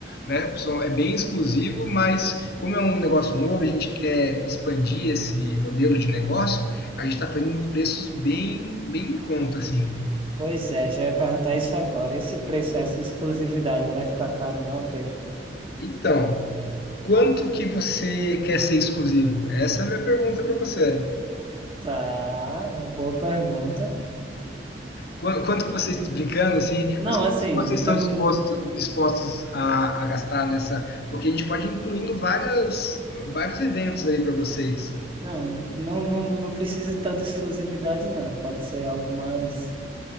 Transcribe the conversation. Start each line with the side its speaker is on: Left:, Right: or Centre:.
Left: né? São- É bem exclusivo, mas como é um negócio novo, a gente quer expandir esse modelo de negócio, a gente está fazendo preços bem, bem em conta, assim.
Right: Pois é, já ia perguntar isso agora. Esse preço, essa exclusividade, não vai ficar caro, não, Pedro?
Left: Então, quanto que você quer ser exclusivo? Essa é a minha pergunta para você.
Right: Tá, uma boa pergunta.
Left: Qu- Quanto que vocês, brincando assim,
Right: Não,
Left: mas quanto
Right: assim,
Left: que vocês estão
Right: tamo...
Left: dispostos, dispostos a, a gastar nessa? Porque a gente pode ir incluindo várias, vários eventos aí para vocês. <laughs>
Right: não, não, não, não precisa tanta exclusividade, não. Pode ser algo mais